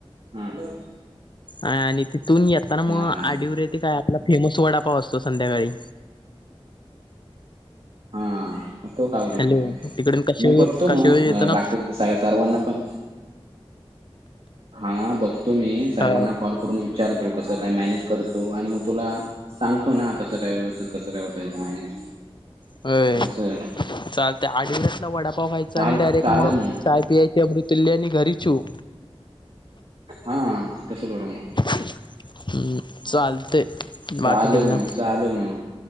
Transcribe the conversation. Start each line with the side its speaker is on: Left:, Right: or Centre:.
Right: हम्म.
Left: आणि तिथून येताना मग
Right: नाही
Left: आडीवर येथे काय आपला फेमस वडापाव असतो संध्याकाळी
Right: हा तो खाऊ तिथे
Left: हॅलो
Right: म
Left: तिकडून कशावर
Right: मी बघतो
Left: कशावर
Right: म
Left: येताना
Right: अ बाकी सर सर्वांना पण हा बघतो मी सर्वांना
Left: अ
Right: कॉल करून विचारतो. कसं? काय? मॅनेज करतो. आणि मगतुला सांगतो ना कसं? काय? व्यवस्थित कसं? काय? होत याचं मॅनेज.
Left: होय
Right: असं आहे. <inaudible>
Left: चालतंय आडीवरतला वडापाव खायचा
Right: चाल
Left: आणि म डायरेक्
Right: चालेल मग
Left: चाय पियाची अमृतुलल्यानी आणि घरी छू.
Right: हा. तसं करू मग.
Left: उम्म चालते. बाकी
Right: चालेल
Left: ठीक
Right: मग
Left: ना.
Right: चालेल मग